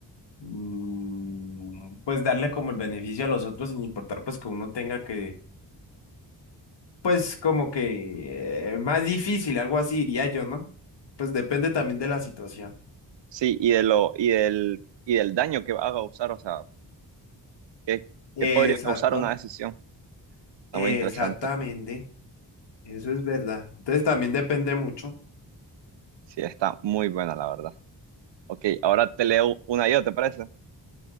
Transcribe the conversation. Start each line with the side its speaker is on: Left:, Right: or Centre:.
Left: mm, pues darle como el beneficio a los otros sin importar pues que uno tenga que pues como que eh, más difícil, algo así diría yo, ¿no? Pues depende también de la situación.
Right: Sí, y de lo, y del, y del daño que va a causar, o sea. ¿Qué,
Left: Exacto,
Right: qué podría causar una decisión? Está
Left: exactamente,
Right: muy interesante.
Left: eso es verdad. Entonces también depende mucho.
Right: Sí, está muy buena, la verdad. Ok, ahora te leo una yo, ¿te parece?